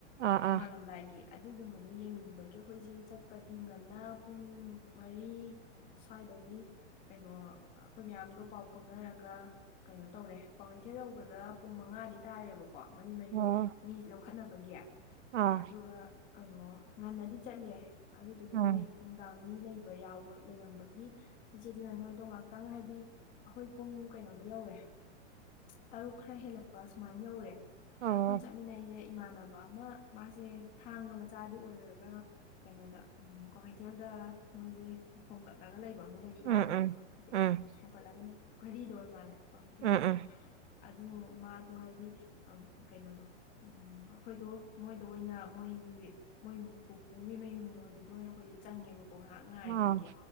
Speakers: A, on the right; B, on the left.
A: ꯑꯥ
B: ꯅꯣꯡꯉꯥꯜꯂꯝꯗꯥꯏꯒꯤ
A: ꯑꯥ
B: ꯑꯗꯨꯒꯨꯝꯕꯗꯨꯣ ꯌꯦꯡꯅꯤꯡ ꯅꯤꯡꯕꯒꯤ ꯑꯩꯈꯣꯏꯁꯦ ꯆꯠꯄꯗꯤ ꯉꯟꯅ ꯄꯨꯡ ꯃꯔꯤ ꯁ꯭ꯋꯥꯏꯗꯒꯤ ꯀꯩꯅꯣ ꯑꯩꯈꯣꯏ ꯃꯌꯥꯝꯗꯣ ꯄꯥꯎ ꯐꯥꯎꯅꯔꯒ ꯀꯩꯅꯣ ꯇꯧꯔꯦ ꯀ꯭ꯋꯥꯀꯩꯊꯦꯜ ꯌꯧꯕꯗ ꯄꯨꯡ ꯃꯉꯥꯗꯤ ꯇꯥꯔꯦꯕꯀꯣ꯫ ꯀꯣ ꯃꯔꯤ ꯃꯔꯤ
A: ꯑꯣ
B: ꯃꯤ ꯂꯧꯈꯠꯅꯕꯒꯤ
A: ꯑꯥ
B: ꯑꯗꯨꯒ ꯀꯩꯅꯣ ꯉꯟꯅꯗꯤ ꯆꯠꯂꯦ ꯑꯗꯨꯗꯨꯒ
A: ꯎꯝ
B: ꯃꯣꯏ ꯅꯨꯡꯗꯥꯡ ꯃꯤ ꯂꯩꯕ ꯌꯥꯎꯕ ꯂꯩꯔꯝꯕꯒꯤ ꯏꯆꯦꯗꯨꯅ ꯅꯣꯏꯗꯣ ꯉꯥꯏꯍꯥꯛꯇꯪ ꯍꯥꯏꯗꯤ ꯑꯩꯈꯣꯏ ꯄꯨꯡ ꯀꯩꯅꯣꯗ ꯌꯧꯔꯦ꯫ ꯇꯔꯨꯛ ꯈꯔ ꯍꯦꯜꯂꯛꯄ ꯁꯨꯃꯥꯏꯅ ꯌꯧꯔꯦ
A: ꯑꯣ
B: ꯑꯗ ꯑꯩꯈꯣꯏꯅ ꯆꯠꯃꯤꯟꯅꯩꯁꯦ ꯏꯃꯥꯟꯅꯕ ꯑꯃ ꯃꯥꯁꯦ ꯊꯥꯡꯒꯥ ꯃꯆꯥꯗꯤ ꯑꯣꯏꯔꯒ ꯀꯩꯅꯣꯗ ꯎꯝ ꯀ꯭ꯋꯥꯀꯩꯊꯦꯜꯗ ꯃꯣꯏꯁꯦ ꯍꯣꯝꯀꯠꯂꯒ ꯂꯩꯕ ꯑꯃ ꯂꯩ
A: ꯎꯝ
B: ꯌꯥꯎꯋꯦ
A: ꯎꯝ
B: ꯅꯠꯇꯦ
A: ꯎꯝ
B: ꯍꯣꯝꯀꯠꯂꯒ ꯅꯠꯇꯦ ꯘꯔꯤꯗ ꯑꯣꯏ ꯃꯥꯜꯂꯦ ꯀ꯭ꯋꯥꯀꯩꯊꯦꯜ
A: ꯎꯝ
B: ꯅꯠꯇꯦ
A: ꯎꯝ
B: ꯑꯗꯨ ꯃꯥꯗꯣ ꯍꯥꯏꯗꯤ ꯀꯩꯅꯣꯗꯣ ꯎꯝ ꯑꯩꯈꯣꯏꯗꯣ ꯃꯣꯏꯗ ꯑꯣꯏꯅ ꯃꯣꯏꯒꯤ ꯃꯣꯏ ꯄꯨꯄꯨꯒꯤ ꯃꯌꯨꯝꯗꯣ ꯑꯗꯨꯗ ꯑꯣꯏꯅ ꯑꯩꯈꯣꯏꯗ ꯆꯪꯉꯦꯕꯀꯣ ꯉꯥꯏꯍꯥꯛ ꯉꯥꯏꯕꯒꯤ
A: ꯑꯥ